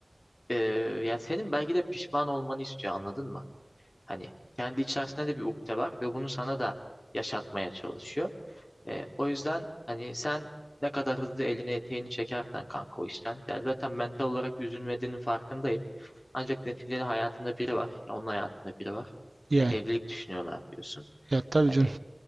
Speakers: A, on the left; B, on the right.
A: e, ya senin belki de pişman olmanı istiyor anladın mı? Hani kendi içerisinde de bir ukde var ve bunu sana da yaşatmaya çalışıyor. E, o yüzden hani sen ne kadar hızlı eline eteğini çekersen kanka o işten. Ya zaten mental olarak üzülmediğinin farkındayım. Ancak neticede hayatında biri var. ya onun hayatında biri var.
B: Yani
A: Ve evlilik düşünüyorlar diyorsun.
B: ya tabii
A: Hani
B: canım.